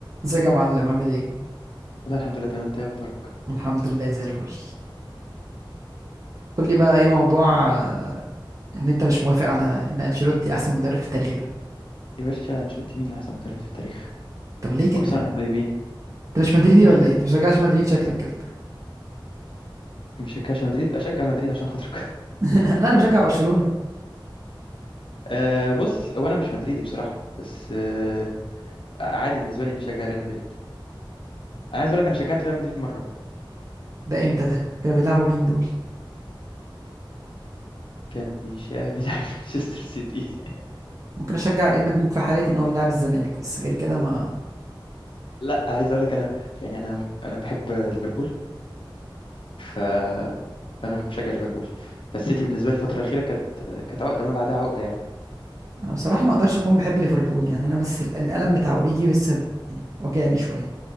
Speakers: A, on the right; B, on the left.
A: ازيك يا معلم عامل ايه؟
B: والله الحمد لله تمام انت ايه اخبارك
A: الحمد لله زي الفل قول لي بقى ايه موضوع آه، ان انت مش موافق على ان انشيلوتي احسن مدرب في التاريخ ده
B: يا باشا انشيلوتي مين اللي احسن مدرب في التاريخ
A: طب ليه كده؟
B: كل سنه واحنا طيبين
A: انت مش مدريدي ولا ايه؟ انت بتشجعش مدريد شكلك كده
B: ما بشجعش مدريد اشجع مدريد عشان خاطرك <laughs>
A: <laughs> لا انا بشجع برشلونة
B: أه بص هو انا مش مدريدي بصراحه بس أه عادي بالنسبه لي اني اشجع ريال مدريد انا عايز اقول لك انا شجعت ريال مدريد مره
A: ده امتى ده؟ كانوا بيلعبوا مين دول؟
B: كان بيشا بيلعب <laughs> مانشستر سيتي <laughs>
A: ممكن اشجع ريال مدريد في حالة ان هو بيلعب الزمالك بس غير كده ما
B: لا عايز اقول لك انا يعني انا انا بحب ليفربول ف فانا مشجع ليفربول فالسيتي بالنسبه لي الفتره الاخيره كانت كانت عقده ما بعدها عقده يعني
A: انا بصراحة ما اقدرش اكون بحب ليفربول يعني انا بس ال- الالم بتاع اوريجي بس يعني وجعني شوية